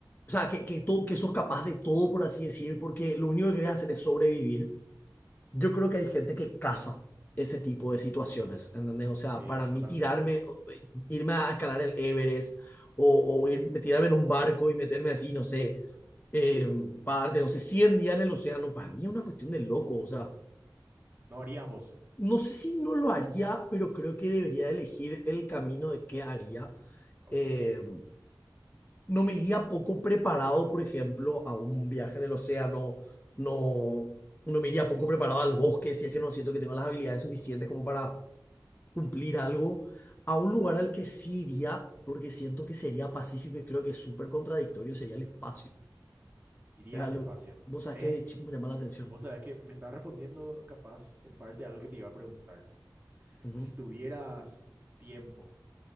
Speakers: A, on the left; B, on the right.
A: o sea, que, que, todo, que sos capaz de todo, por así decir, porque lo único que querés hacer es sobrevivir. Yo creo que hay gente que caza ese tipo de situaciones, ¿entendés? O sea,
B: sí,
A: para mí
B: totalmente.
A: tirarme, irme a escalar el Everest o, o irme, tirarme en un barco y meterme así, no sé, eh, parte, no sé, 100 días en el océano, para mí es una cuestión de loco, o sea,
B: Mm. ¿No harías vos?
A: no sé si no lo haría, pero creo que debería elegir el camino de qué haría.
B: Ok,
A: Eh, no me iría poco preparado, por ejemplo, a un viaje en el océano, no, no me iría
B: ok.
A: poco preparado al bosque si es que no siento que tengo las habilidades suficientes como para cumplir algo, a un lugar al que sí iría, porque siento que sería pacífico y creo que es súper contradictorio, sería el espacio.
B: Irías
A: Es algo-
B: al espacio.
A: vos sabés
B: Es,
A: que de chico me llama la atención.
B: Vos sabés que me estás respondiendo capaz en parte a lo que te iba a preguntar.
A: Ujú,
B: Si tuvieras tiempo,